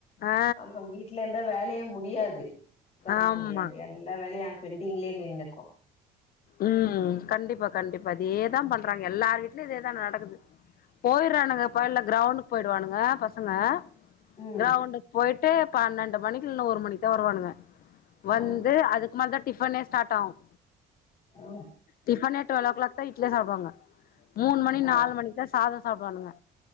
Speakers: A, on the left (about 60°); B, on the left (about 40°).
A: ஆ
B: ஆமா வீட்டுல இருந்தா வேலையும் முடியாது சுத்தமா
A: ஆமா
B: முடியாது எல்லா வேலையும் பெண்டிங்லயே நின்னுக்கும்
A: உம் கண்டிப்பா கண்டிப்பா இதேதா பண்றாங்க எல்லார் வீட்லயும் இதேதா நடக் குது போய்யிறானுங்கப்பா இல்ல கிரௌண்டுக் போயிடுவானுங்க பசங்க
B: ம்
A: கிரௌண்டுக்கு போயிட்டு பன்னெண்டு மணிக்கு இல்னா ஒரு மணிக்குதா வருவானுங்க
B: ஆ
A: வந்து அதுக்கு மேல் தா டிஃபன்னே ஸ்டார்ட் ஆவும்
B: ஆ
A: டிஃபனே டுவல் ஓ கிளாக் தான் இட்லியே சாப்புடுவாங்க மூண் மணி
B: ஆ
A: நாலு மணி சாதோ சாப்டுவானுங்க